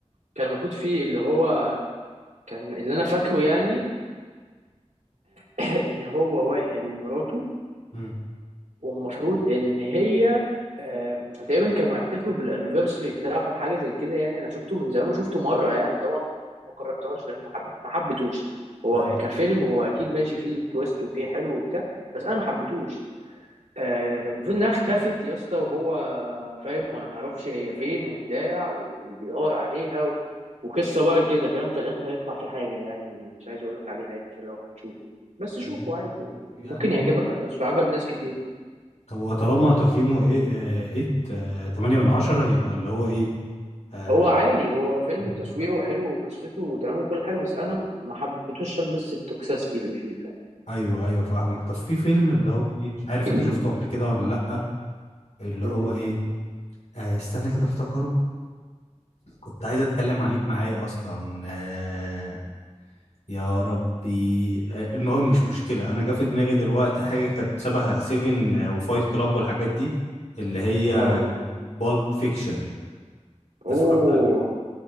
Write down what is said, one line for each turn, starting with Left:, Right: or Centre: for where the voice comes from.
Right: كان المفروض فيه اللي هو كان اللي انا فاكره يعني <clears throat> ان هو واحد ومراته
Left: امم
Right: والمفروض ان هي آم، تقريبا كانوا هيحتفلوا بالانيفرساري بتاعهم حاجه زي كده يعني انا شفته من زمان وشفته مره يعني طبعا ما كررتهوش لانه ما حب- ما حبيتهوش هو
Left: ايوه
Right: كفيلم هو اكيد ماشي فيه تويست وفيه حلو وبتاع بس انا ما حبيتهوش آه، المفروض انها اختفت يا اسطى وهو فاهم ما يعرفش هي فين وبتاع وبيدور عليها و... وقصه بقى كده فاهم في الاخر هيطلع فيه حاجه يعني مش عايز اقول لك عليها يعني عشان لو هتشوفه بس شوفه
Left: مم.
Right: عادي يعني
Left: يعني
Right: ممكن
Left: والله
Right: يعجبك على فكرة عجب ناس كتير
Left: هو طالما تقييمه ايه آه، ايه آه، تمانية من عشرة يبقى اللي هو ايه آه
Right: هو عالي هو فيلم
Left: مم.
Right: تصويره حلو وقصته تمام وكل حاجة بس أنا ما حبيتهوش عشان بس التوكسيستي اللي فيه فاهم
Left: ايوه ايوه فاهمك طب في فيلم اللي هو ايه مش عارف
Right: <clears throat>
Left: انت شفته قبل كده ولا لأ اللي هو
Right: أمم،
Left: ايه آه استنى كده افتكره كنت عايز اتكلم عليك معايا اصلا آه يا ربي آه المهم مش مشكلة انا جا في دماغي دلوقتي حاجة كانت شبه سيفن وفايت كلاب والحاجات دي اللي هي
Right: هقول
Left: بالب فيكشن
Right: أوه
Left: اتفرجت